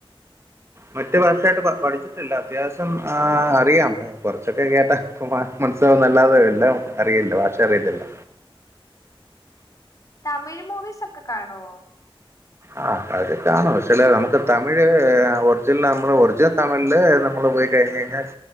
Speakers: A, on the right; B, on the left.
A: മറ്റു ഭാഷയായിട്ട് പഠിച്ചിട്ടില്ല അത്യാവശ്യം ആ അറിയാം കുറച്ചൊക്കെ കേട്ടാ ഇപ്പം മനസ്സിലാവുംന്ന് അല്ലാതെ എല്ലാം അറിയില്ല ഭാഷ അറിയത്തില്ല
B: തമിഴ് മൂവീസ് ഒക്കെ കാണുവോ
A: ആ അത് കാണും പക്ഷേ ഇല്ലേ നമുക്ക് തമിഴ് ഒറിജിനൽ നമ്മള് ഒറിജിനൽ തമിഴില് നമ്മള് പോയി കഴിഞ്ഞ് കഴിഞ്ഞാൽ